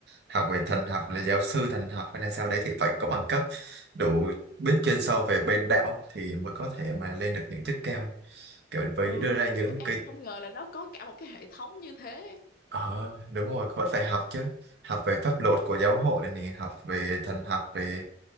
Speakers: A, on the right; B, on the left.
A: Học về thần học là giáo sư thần học hay là sao đấy thì phải có bằng cấp đủ biết chuyên sâu về bên đạo thì mới có thể mà lên được những chức cao. Kiểu với
B: ừ
A: đưa ra những
B: kiểu An
A: cái
B: không ngờ là nó có cả một cái hệ thống như thế
A: Ờ, đúng rồi, vẫn phải học chứ. Học về pháp luật của giáo hội này, học về thần học, về...